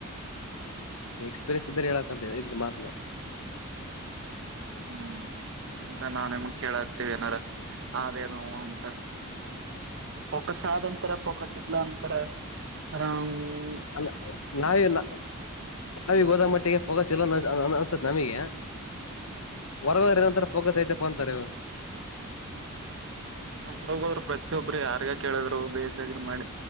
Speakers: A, on the left; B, on the right.
A: ಎಕ್ಸ್ಪೀರಿಯನ್ಸ್ ಇದ್ದ್ರೆ ಹೇಳಕ್ಂತ ಇ ಮಾತನಾ
B: ಹ್ಮ್ ಅಂದ್ರೆ ನಾ ನಿಮ್ ಕೇಳತೇವಿ ಏನಾರ ಆದೇನು ಅಂತ ಫೋಕಸ್ ಆದ ಒಂಥರ ಫೋಕಸ್ ಇಲ್ಲ ಅ ಆ <inaudible>
A: ಅಲ್ಲ ನಾವಿ ನ ನಾವಿ ಗೋದ ಮಟ್ಟಿಗೆ ಹೋಗಸ ಎಲ್ಲ ಅನ್ಸತತ್ ನಮಗೆ ವರ್ಗಂತರ ಫೋಕಸ್ ಐತೆಪ್ಪ ಅಂತಾರೆ
B: ಹ್ರ ಅವರು ಪ್ರತಿಯೊಬ್ಬರು ಯಾರ್ಗ ಕೇಳಿದ್ರು ಬಿ ಎಸ್ ಸಿ ಅಗ್ರಿ ಮಾಡಿ